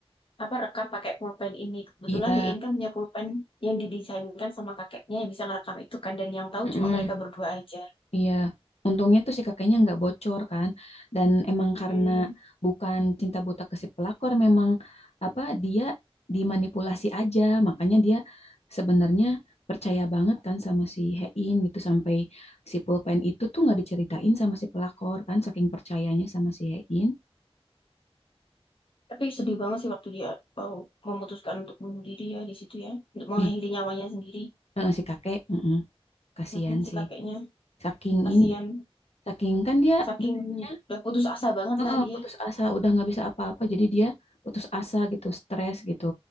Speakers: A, on the left; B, on the left.
A: apa rekam pakai pulpen ini kebetulan
B: Iya,
A: Hein kan punya pulpen yang didesainkan sama kakeknya yang bisa ngerekam itu kan dan yang tahu
B: Mm-mm,
A: cuma mereka berdua aja
B: iya, untungnya tuh si kakeknya nggak bocor kan, dan emang
A: Mm-mm.
B: karena bukan cinta buta ke si pelakor, memang apa dia dimanipulasi aja, makanya dia sebenarnya percaya banget kan sama si Hein gitu sampai si pulpen itu tuh nggak diceritain sama si pelakor kan, saking percayanya sama si Hein.
A: tapi sedih banget sih waktu dia oh, memutuskan untuk bunuh diri ya di situ ya untuk mengakhiri
B: Ih,
A: nyawanya sendiri
B: eh, si kakek, mm kasihan
A: Mm-mm, si
B: sih,
A: kakeknya
B: saking
A: kasihan
B: ini, saking kan dia.
A: saking
B: betulnya
A: udah putus asa banget
B: Heeh,
A: lah dia
B: putus asa udah nggak bisa apa-apa jadi dia putus asa gitu stres gitu